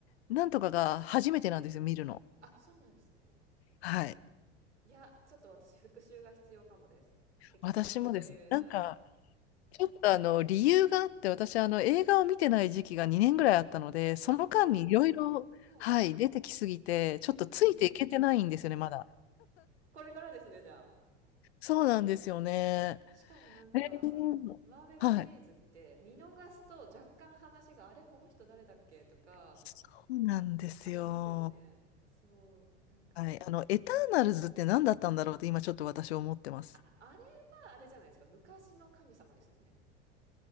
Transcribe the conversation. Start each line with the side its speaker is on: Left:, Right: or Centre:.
Left: なんとかが初めてなんですよ、見るの。
Right: あ、そうなんですね。
Left: はい。
Right: いや、ちょっと私復習が必要かもです。適当なこと言えない。
Left: 私もです。なんか、ちょっとあの理由があって私あの映画を見てない時期が2年ぐらいあったのでその間にいろいろはい出てきすぎてちょっとついていけてないんですよねまだ
Right: あ、そうなんですね。はい。うんうん。これからですね、じゃあ。
Left: そうなんですよね
Right: しかもなんか、
Left: うんはい
Right: マーベルシリーズって見逃すと若干話が、あれ、この人誰だっけとか、
Left: そうなんですよ
Right: ありますよね。そう、なんか。
Left: はいあのエターナルズって何だったんだろうって今ちょっと私思ってます
Right: あ、あれはあれじゃないですか。昔の神様ですもんね。